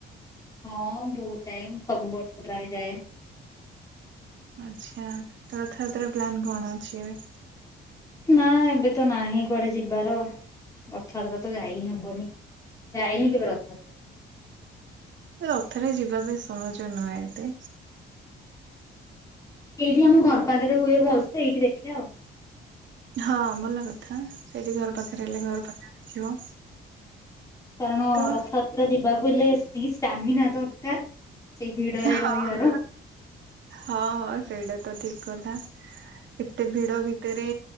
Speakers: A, on the left; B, on the right.
A: ହଁ ବହୁତ ଟାଇମ, ସବୁ ବର୍ଷଯାଏ।
B: ଆଚ୍ଛା, ରଥଯାତ୍ରା ପ୍ଲାନ୍ କଣ ଅଛି ଏବେ?
A: ନା ଏବେ ତ ନାହିଁ କୁଆଡେ ଯିବାର ଏ ଥରକତ ଯାଇ ହବନି। ଯାଇନି କେବେ ରଥାଯାତ୍ରା କୁ।
B: ରଥରେ ଯିବା ବି ସହଜ ନୁହେଁ ଏତେ।
A: ଏଇଠି ଆମ ଘର ପାଖରେ ହୁଏ ଭଲସେ, ଏଇଠି ଦେଖିବା ଆଉ।
B: ହଁ ଭଲ କଥା ସେଇଠି ଘର ପାଖରେ ହେଲେ ଘର ପାଖ ଦେଖିବ।
A: କାରଣ
B: ତ
A: ରଥଯାତ୍ରା ଯିବାକୁ ହେଲେ ଷ୍ଟାମିନା ଦରକାର। ସେଇ ଭିଡରେ
B: ହଁ
A: ରହିବାର
B: ହଁ ସେଇଟା ତ ଠିକ କଥା। ଏତେ ଭିଡ ଭିତରେ